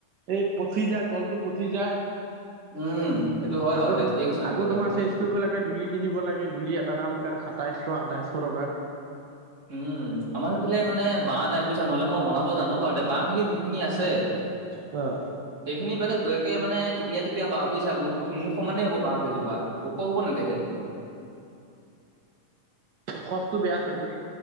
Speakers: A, on the right (about 75°); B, on the right (about 25°).
A: এই পচি যায় তলটো পচি যায়।
B: উম, সেইটো হয়
A: আকৌ
B: বাৰু দে
A: তোমাৰ
B: ঠিকেই কৈছা
A: আকৌ
B: তুমি
A: তোমাৰ
B: কথাটো।
A: চেঞ্জ কৰিব লাগে দুলি কিনিব লাগে দুলি এটা দাম পুৰা সাতাইছশ আঠাইছশ টকা।
B: উম। আমাৰ সেইফালে মানে বাঁহ নাই বুইছা নহ'লে মই বনাব জানো বাৰু দে বাঁহখিনি যোনখিনি আছে
A: অ'।
B: সেইখিনি বাতে গৈকে মানে টিপীয়া টিপীয়া বাঁহ বুইছা মুঠ তো মূৰ সমানে হ'ব বাঁহকেইজোপা ওখ হব নেদেখে।
A: সচটো বেয়া চাগৈ